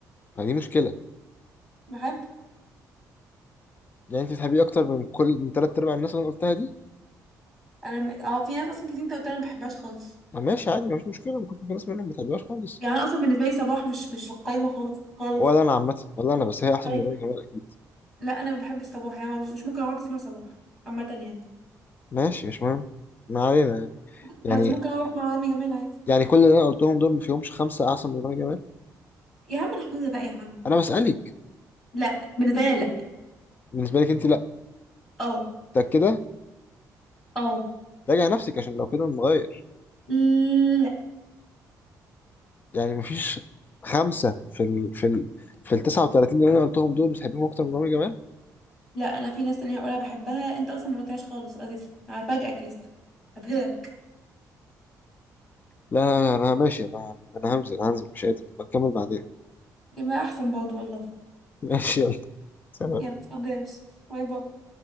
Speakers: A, on the left (about 30°); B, in the centre.
A: فدي مشكله
B: بحب
A: يعني انت تحبيه اكتر من كل من ثلاث ارباع الناس اللي انا قلتها دي
B: انا م- اه في ناس اصلا كتير انت قلت انا ما بحبهاش خالص
A: ما ماشي عادي مفيش مشكله ممكن تكون ناس منهم ما بتحبهاش خالص
B: يعني انا اصلا بالنسبه لي صباح مش مش في القايمه خالص خالص
A: ولا انا عامه ولا انا بس هي احسن
B: طيب
A: من رامي جمال اكيد
B: لا انا ما بحب الصباح يعني ما- مش ممكن اقعد اسمع صباح عامه يعني
A: ماشي مش مهم ما علينا
B: بس
A: يعني
B: ممكن اقعد اسمع عمي جمال عادي
A: يعني كل اللي انا قلتهم دول ما فيهمش خمسه احسن من رامي جمال
B: يا عم انا حافظه بقى يا عم
A: انا بسالك
B: لا بالنسبه لي لا
A: بالنسبه لك انت لا
B: اه
A: انت كده
B: اه
A: راجع نفسك عشان لو كده نغير
B: لا
A: يعني مفيش خمسه في ال في ال في ال 39 اللي انا قلتهم دول بتحبهم اكتر من عمرو جمال
B: لا انا في ناس تانية هقولها بحبها انت اصلا ما قلتهاش خالص اساسا هفاجئك لسه هبهرك
A: لا انا ماشي انا انا همزل هنزل مش قادر بكمل بعدين
B: يبقى احسن برضه والله
A: <laughs> ماشي يلا سلام
B: يلا اتفضل امشي باي باي